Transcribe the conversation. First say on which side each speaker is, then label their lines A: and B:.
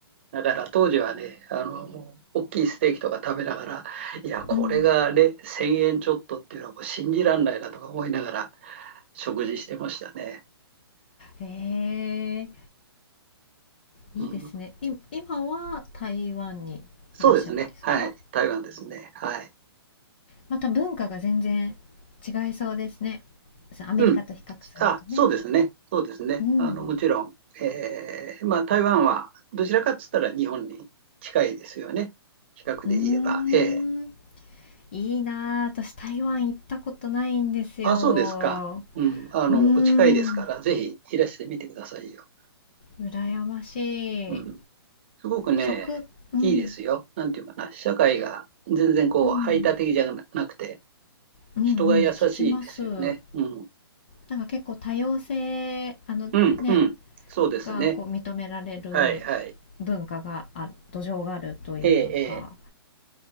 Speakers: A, on the right; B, on the left.
A: だから当時はね、あの、大きいステーキとか食べながら、いや、これがね、
B: うん
A: 1000円ちょっとっていうのはもう信じらんないなとか思いながら食事してましたね。
B: へえ、いいですね。
A: うん、
B: い、今は台湾にいらっしゃるんですか
A: そうですね。はい。台湾ですね。はい。
B: また文化が全然違いそうですね。そうアメリカと比較するとね。
A: うん。あ、そうですね。そうですね。
B: うん。
A: あの、もちろん、えーまあ、台湾はどちらかっつったら日本に近いですよね。比較で言えば。
B: うーん。
A: ええ
B: いいなあ。私台湾行ったことないんですよ。
A: あ、そうですか。うん。あの、
B: うーん。
A: お近いですから、ぜひいらしてみてくださいよ。
B: 羨まし
A: うん。
B: い。
A: すごくね、
B: 食、うん。
A: いいですよ。なんていうかな。社会が全然こう、
B: うん。
A: 排他的じゃなくて、
B: うんうん。
A: 人が優しいですよね。
B: 聞きます。
A: うん。
B: なんか結構多様性、あのね、
A: うん、うん。そうですね。
B: がこう認められる
A: はい、はい。
B: 文化があ土壌があるというか
A: ええええ